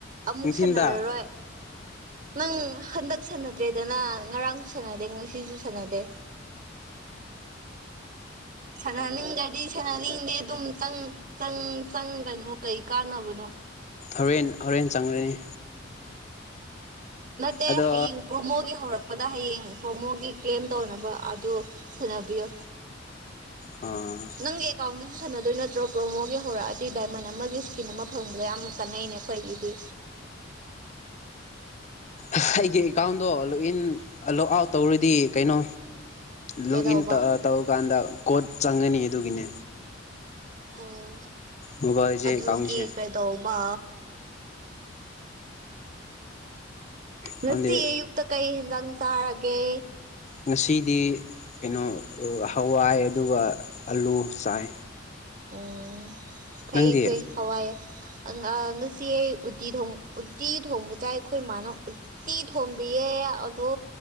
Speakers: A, on the right; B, on the left.
A: ꯑꯃꯨꯛ
B: ꯅꯨꯡꯊꯤꯟꯗ
A: ꯁꯥꯅꯔꯔꯣꯏ ꯅꯪ ꯍꯟꯗꯛ ꯁꯥꯅꯗ꯭ꯔꯦꯗꯅ ꯉꯔꯥꯡꯁꯨ ꯁꯥꯅꯗꯦ ꯉꯁꯤꯖꯨ ꯁꯥꯅꯗꯦ ꯁꯥꯅꯅꯤꯡꯗ꯭ꯔꯗꯤ ꯁꯥꯅꯅꯤꯡꯗꯦ ꯑꯗꯨꯝ ꯆꯪ ꯆꯪ ꯆꯪꯒꯅꯨ ꯀꯩ ꯀꯥꯟꯅꯕꯅꯣ
B: ꯍꯧꯔꯦꯟ ꯍꯧꯔꯦꯟ ꯆꯪꯂꯔꯅꯤ
A: ꯅꯠꯇꯦ
B: ꯑꯗꯣ
A: ꯍꯌꯦꯡ ꯄ꯭ꯔꯣꯃꯣꯒꯤ ꯍꯧꯔꯛꯄꯗ ꯍꯌꯦꯡ ꯄ꯭ꯔꯣꯃꯣꯒꯤ ꯀ꯭ꯂꯦꯝ ꯇꯧꯅꯕ ꯑꯗꯨ ꯁꯥꯅꯕꯤꯌꯣ
B: ꯑꯥ
A: ꯅꯪꯒꯤ ꯑꯦꯀꯥꯎꯟꯗꯨꯖꯨ ꯁꯥꯅꯗꯣꯏ ꯅꯠꯇ꯭ꯔꯣ ꯄ꯭ꯔꯣꯃꯣꯒꯤ ꯍꯧꯔꯛꯑꯗꯤ ꯗꯥꯏꯃꯟ ꯑꯃꯒꯤ ꯏꯁꯀꯤꯟ ꯑꯃ ꯐꯪꯕꯗꯣ ꯌꯥꯝ ꯀꯥꯟꯅꯩꯅꯦ ꯈꯣꯏꯒꯤꯗꯤ
B: ꯑꯩꯒꯤ ꯑꯦꯀꯥꯎꯟꯗꯣ ꯂꯣꯛꯏꯟ ꯑ ꯂꯣꯛ ꯑꯥꯎꯠ ꯇꯧꯔꯗꯤ ꯀꯩꯅꯣ ꯂꯣꯛꯏꯟ
A: ꯀꯩꯗꯧꯕ
B: ꯇꯧꯑ ꯇꯧꯀꯥꯟꯗ ꯀꯣꯠ ꯆꯪꯒꯅꯤ ꯑꯗꯨꯒꯤꯅꯦ
A: ꯑꯣ
B: ꯃꯣꯕꯥꯏꯜꯁꯦ
A: ꯑꯗꯨꯒꯤ
B: ꯑꯦꯀꯥꯎꯟꯁꯦ
A: ꯀꯔꯤ ꯇꯧꯕ ꯉꯁꯤ
B: ꯈꯪꯗꯦ
A: ꯑꯌꯨꯛꯇ ꯀꯩ ꯍꯦꯟꯖꯥꯡ ꯆꯥꯔꯒꯦ
B: ꯉꯁꯤꯗꯤ ꯀꯩꯅꯣ ꯑ ꯍꯋꯥꯏ ꯑꯗꯨꯒ ꯑꯂꯨ ꯆꯥꯏ
A: ꯑꯣ ꯐꯩ
B: ꯅꯪꯗꯤ
A: ꯐꯩ ꯍꯋꯥꯏ ꯑꯪ ꯑ ꯉꯁꯤ ꯑꯩ ꯎꯇꯤ ꯊꯣꯡ ꯎꯇꯤ ꯊꯣꯡꯕ ꯆꯥꯏ ꯈꯣꯏꯃꯅ ꯎꯠ ꯇꯤ ꯊꯣꯝꯕꯤꯌꯦ ꯑꯗꯣ